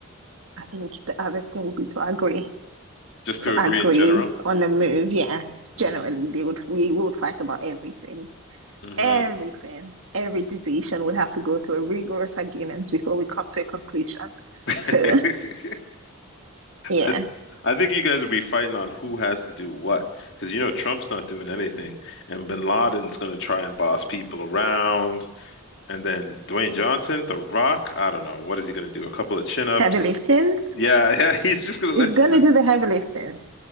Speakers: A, on the right; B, on the left.
A: I think the hardest thing would be to agree.
B: Just
A: to
B: to agree
A: agree
B: in general?
A: on a move, yeah,
B: Mm,
A: generally they would we would fight about everything.
B: hmm
A: Everything, every decision would have to go through a rigorous arguments before we come to a conclusion.
B: <laughs>
A: So yeah,
B: I I think you guys would be fighting on who has to do what, because you know Trump's not doing anything, and Bin Laden's going to try and boss people around. And then Dwayne Johnson, The Rock, I don't know. What is he going to do? A couple of chin-ups?
A: heavy lifting
B: Yeah, <laughs> yeah, he's just going to
A: is
B: lift
A: gonna
B: it.
A: do the heavy lifting.